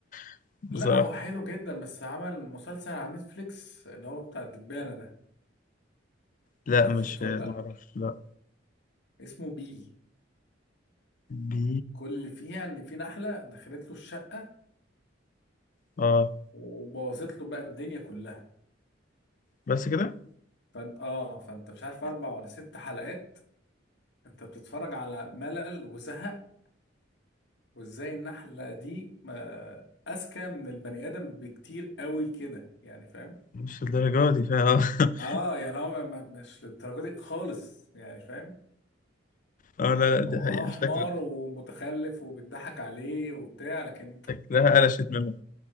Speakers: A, on the left (about 45°); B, on the left (about 60°).
A: <laughs>
B: لا
A: بصراحه
B: هو حلو جدا بس عمل مسلسل على نتفليكس اللي هو بتاع الدبانه ده
A: لا
B: مش عارف
A: مش
B: شفته
A: آه،
B: ولا لا
A: ما اعرفش لا
B: اسمه بي
A: بي
B: كل اللي فيها ان في نحله دخلت له الشقه
A: اه
B: وبوظت له بقى الدنيا كلها
A: بس كده
B: فانت اه فانت مش عارف اربع ولا ست حلقات انت بتتفرج على ملل وزهق وازاي النحله دي ما اذكى من البني ادم بكتير قوي كده يعني فاهم
A: مش الدرجة دي فيها <laughs>
B: اه يعني هو ما- ما- مش للدرجه دي خالص يعني فاهم
A: اه لا لا دي
B: هو
A: حقيقة
B: اه حمار
A: شكل
B: ومتخلف وبيضحك عليه وبتاع لكن
A: شكلها قلشت منهم